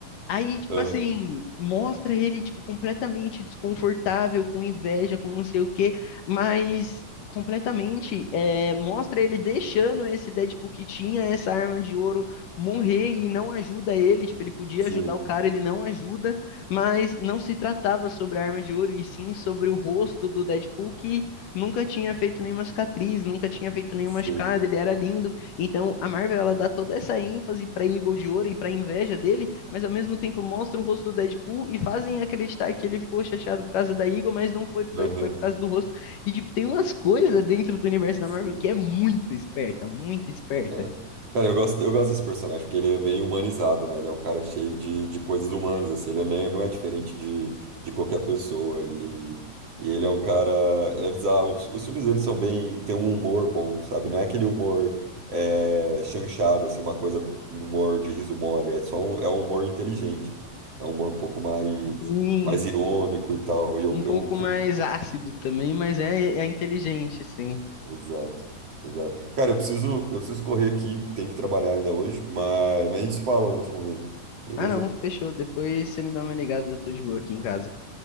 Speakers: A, on the left (about 75°); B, on the right (about 45°).
A: Aí, tipo
B: Aham,
A: assim, mostra ele, tipo, completamente desconfortável, com inveja, com não sei o quê, mas completamente, é, mostra ele deixando esse Deadpool que tinha essa arma de ouro morrer e não ajuda ele, tipo, ele podia
B: sim.
A: ajudar o cara, ele não ajuda, mas não se tratava sobre a arma de ouro, e sim sobre o rosto do Deadpool que nunca tinha feito nenhuma cicatriz, nunca tinha feito nenhuma
B: Sim.
A: machucado, ele era lindo, então a Marvel, ela dá toda essa ênfase pra Eagle de Ouro e pra inveja dele, mas ao mesmo tempo mostra o rosto do Deadpool e fazem acreditar que ele ficou chateado por causa da Eagle, mas não foi, por-
B: Aham,
A: foi por causa do rosto. E, tipo, tem umas coisas dentro do universo da
B: sim.
A: Marvel que é muito esperta, muito esperta.
B: É. Cara, eu gosto, eu gosto desse personagem, porque ele é bem humanizado, né? Ele é um cara cheio de, de coisas humanas, assim. Ele nem- não é diferente de, de qualquer pessoa. E, e ele é um cara... Ele é bizarro. Os, os filmes dele são bem... Tem um humor bom, sabe? Não é aquele humor é, chanchado, assim, uma coisa... Um humor de riso mole. É só um, é um humor inteligente. É um humor um pouco mais,
A: Sim,
B: mais irônico e tal. E eu,
A: um pouco
B: eu curto.
A: mais ácido também, mas é, é inteligente, sim.
B: Exato, exato. Cara, eu preciso, eu preciso correr aqui, tenho que trabalhar ainda hoje, mas, mas a gente se fala outro momento, beleza?
A: Ah, não, fechou. Depois você me dá uma ligada, eu tô de boa aqui em casa.